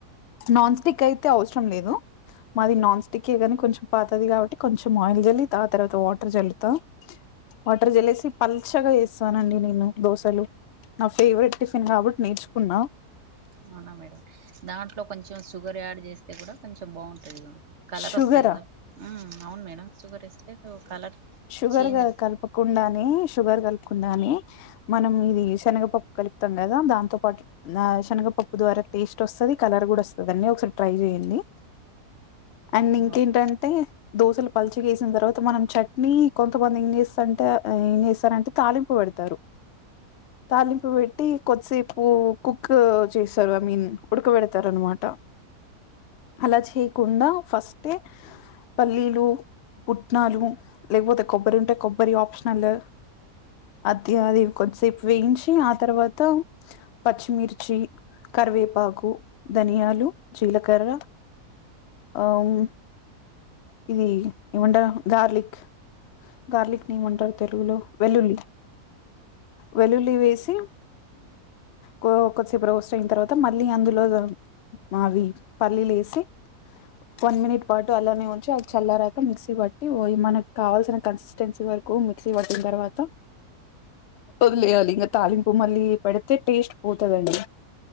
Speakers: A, on the left (about 80°); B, on the right (about 50°).
A: నాన్ స్టిక్ అయితే అవసరం లేదు మాది నాన్ స్టిక్ ఏ కానీ కొంచెం పాతది కాబట్టి కొంచెం ఆయిల్ జల్లి ఆ తర్వాత వాటర్ జల్లుతా వాటర్ జాల్లెసి పల్చగా వేస్తానండి నేను దోశలు నా ఫేవరెట్ టిఫిన్ కాబట్టి నేర్చుకున్నా
B: అవునా మేడం దాంట్లో కొంచెం సుగర్ ఆడ్ చేస్తే కూడా కొంచెం బాగుంటది ఇగ కలరోస్తాది
A: షుగరా
B: కదా హు అవును మేడం. షుగర్ ఏస్తే, కలర్
A: షుగర్గా
B: చేంజ్ వస్తుంది
A: కల్పకుండానే షుగర్ కల్ కుండానే మనం ఇది శనగపప్పు కలుపుతాం కదా దాంతో పాటు ఆ శనగపప్పు ద్వారా టేస్ట్ వస్తుంది కలర్ కూడా వస్తది అండి ఒకసారి ట్రై చేయండి అండ్ ఇంకేంటంటే
B: ఓకే
A: దోశలు పల్చగేసిన తర్వాత మనం చట్నీ కొంతమంది ఏం చేస్తంటే అ హ్ ఏం చేస్తారంటే తాలిపుపేడతారు తాలింపు పెట్టి కొద్దిసేపు కుక్ చేస్తారు ఐ మీన్ ఉడుకబెడుతారు అన్నమాట అలా చేయకుండా ఫస్ట్ ఏ పల్లీలు పుట్నాలు లేకపోతే కొబ్బరి ఉంటే కొబ్బరి ఆప్షనల్ అది అది కొద్దిసేపు వేయించి ఆ తర్వాత పచ్చిమిర్చి కరివేపాకు ధనియాలు జీలకర్ర
B: బ్లాంక్
A: ఆమ్ ఇది ఏమంటరూ గార్లిక్ గార్లిక్ ని ఎం అంటారు తెలుగులో వెల్లుల్లి
B: బ్లాంక్
A: వెలుల్లి వేసి కొ కొద్దిసేపు రోస్ట్ అయిన తర్వాత మళ్ళీ అందులో మావి పల్లీలు ఎసి వన్ మినిట్ పాటు అలానే ఉంచి అది చల్లరాక మిక్సీ బట్టి ఓయి మనకు కావాల్సిన కన్సిస్టెన్సీ వరకు మిక్సీ పట్టిన తర్వాత వదిలేయాలి ఇంగా తాలింపు మళ్ళీ పెడితే టేస్ట్ పోతదండి